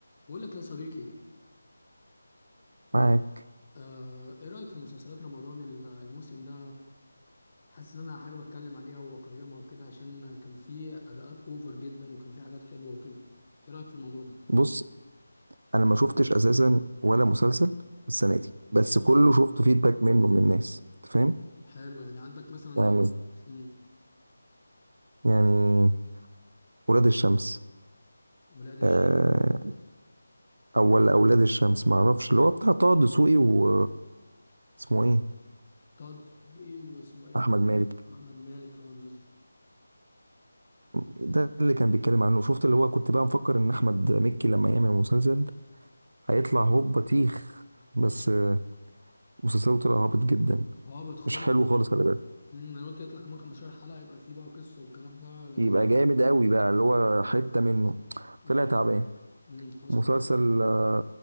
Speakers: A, on the left; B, on the right.
A: بقول لك يا صديقي
B: معاك
A: آه، ايه رأيك في مسلسلات رمضان ال- الموسم ده حاسس ان انا حابب اتكلم عليها واقيمها وكده عشان كان في اداءات اوفر جدا وكان في حاجات حلوة وكده ايه رأيك في الموضوع ده
B: بص انا ما شفتش اساسا ولا مسلسل السنه دي بس
A: بص،
B: كله شفت فيدباك منه من الناس انت فاهم
A: حلو يعني عندك مثلا
B: يعني
A: مم،
B: يعني ولاد الشمس
A: ولاد الشمس
B: آه اول اولاد الشمس ما اعرفش اللي هو بتاع طه دسوقي و اسمه ايه
A: طه دسوقي واسمه ايه اللي
B: واحمد
A: هو
B: مالك
A: احمد مالك اه الناس دي
B: ده اللي كان بيتكلم عنه شفت اللي هو كنت بقى مفكر ان احمد مكي لما يعمل مسلسل هيطلع هوب بطيخ بس آه، مسلسله طلع هابط جدا
A: هابط خالص
B: مش حلو خالص خلي بالك
A: مم، انا قلت يطلع كمان 15 حلقة يبقى في بقى قصة والكلام ده لكن
B: يبقى جامد قوي بقى اللي هو حتة منه
A: مم،
B: طلع تعبان
A: مم، حصل
B: مسلسل آه،